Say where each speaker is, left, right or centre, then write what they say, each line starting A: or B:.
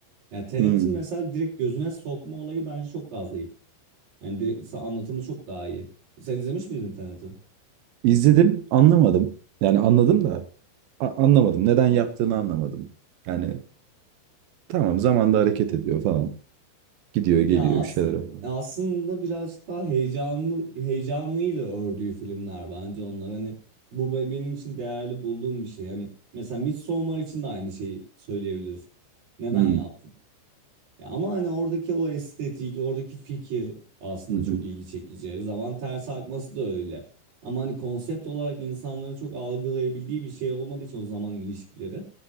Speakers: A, on the right; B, on the right.
A: Yani Tenet'in
B: Hı.
A: mesela direkt gözüne sokma olayı bence çok daha zayıf. Yani direkt, anlatımı çok daha iyi. Sen izlemiş miydin Tenet'i?
B: İzledim, anlamadım. Yani anladım da a- anlamadım. Neden yaptığını anlamadım. Yani tamam zamanda hareket ediyor falan. Gidiyor, geliyor
A: Ya as
B: bir şeyler oluyor.
A: aslında birazcık daha heyecanlı heyecanlıyla ördüğü filmler bence onlar hani bu be- benim için değerli bulduğum bir şey. Hani mesela Midsommar için de aynı şeyi söyleyebiliriz. Neden
B: Hı
A: yaptın? Ya ama hani oradaki o estetik, oradaki fikir aslında
B: hı hı.
A: çok ilgi çekici. Zaman ters akması da öyle. Ama hani konsept olarak insanların çok algılayabildiği bir şey olmadığı için o zaman ilişkileri.